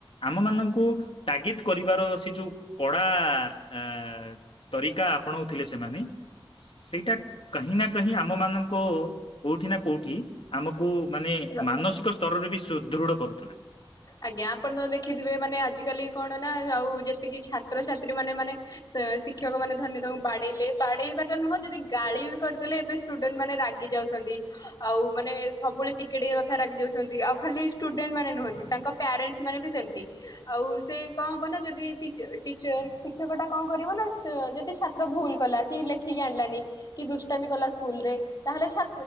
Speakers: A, on the left; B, on the left.
A: ଆମ ମାନଙ୍କୁ ତାଗିଦ କରିବାର ସେ ଯୋଉ କଡ଼ା ଆ ତରିକା ଆପଣାଉଥିଲେ ସେମାନେ ସେଇଟା କାହିଁ ନା କାହିଁ ଆମ ମାନଙ୍କ କୋଉଠି ନା କୋଉଠି ଆମକୁ ମାନେ
B: ରଖ।
A: ମାନସିକ ସ୍ତରରେ ବି ସୁ ଦୃଢ କରୁଥିଲେ।
B: ଆଜ୍ଞା ଆପଣ ତ ଦେଖିଥିବେ ମାନେ ଆଜିକାଲି କଣ ନା ଆଉ ଯେତିକି ଛାତ୍ରଛାତ୍ରୀ ମାନେ ମାନେ ସେ ଶିଖି ଶିଖକ୍ ମାନ ଧରିନିଏ ତାଙ୍କୁ ବାଡେଇଲେ ବାଡେଇବା ନୁହଁ ଯଦି ଗାଳି ବି କରିଦେଲେ ଏବେ ଷ୍ଟୁଡେଣ୍ଟ ମାନେ ରାଗି ଯାଉଛନ୍ତି ।ଆଉ ମାନେ ସବୁବେଳେ ଟିକେଟ କଥା ରାଗି ଯାଉଛନ୍ତି ।ଆଉ ଖାଲି ଷ୍ଟୁଡେଣ୍ଟ ମାନେ ନୁହନ୍ତି ତାଙ୍କ ପ୍ୟାରେଣ୍ଟସ୍ ମାନେ ବି ସେମତି ଆଉ ସେ କଣ ହବ ନା ଯଦି ଟିଚ ଟିଚର୍ ଶିକ୍ଷକ ଟା କଣ କରିବ ନା ସେ ଯଦି ଛାତ୍ର ଭୁଲ କଲା କି ଲେଖିକି ଆଣିଲାନି କି ଦୁଷ୍ଟାମୀ କଲା ସ୍କୁଲ ରେ ତାହେଲେ ଛା